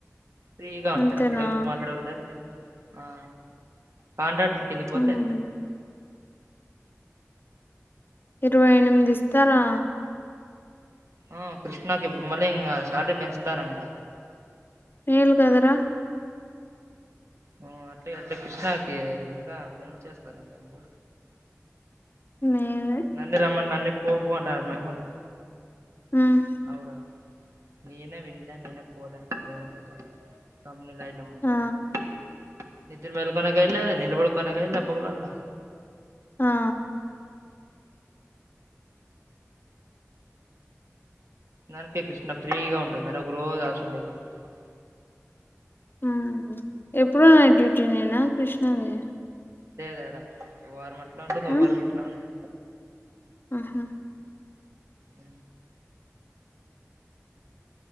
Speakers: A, on the right; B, on the left.
A: అది అక్
B: అంతేనా
A: డ్క డౌట్ మాట్లాడవచ్చా లేదా ఆ పండటలు కింద పోతే
B: ఉమ్ ఇరవై ఎనిమిది ఇస్తారా
A: ఆ కృష్ణకి ఇప్పుడు మళ్ళీ ఇంకా శాలరి పెంచుతారంట.
B: ఏల్ కదరా
A: ఉ అట్లే అట్లే క్రిష్ణాకి ఇంకా పెంచేస్తారంట అమ్మో
B: మేలే
A: నన్నీ రమన్ నన్నీ ఎ పోపో అంటాన్రు మా అమ్మళ్ళు
B: ఉమ్
A: అవునా నీనే విన్నలే నేనే పోలే దేనికి పోతవ్ నిన్ మంచి
B: ఆ
A: గా నిద్ర మేల్ కొనగ అయిలే నిల్బడు కొనగ అయిలే పోవల్ల
B: ఆ
A: దనికే క్రిష్ణ ఫ్రీగా ఉంటుంది. అని ఒక రోజు ఆప్సెంట్ అయితనావ్ పోతాను
B: ఆ ఎప్పుడు నైట్ డ్యూటీ నేనా క్రిష్ణవి
A: లేదాడా వారం మట్ ఇట్లాఉంటుంది ఒక
B: ఉమ్
A: వారం ఇట్లా ఉంటుంది
B: ఆహా
A: అ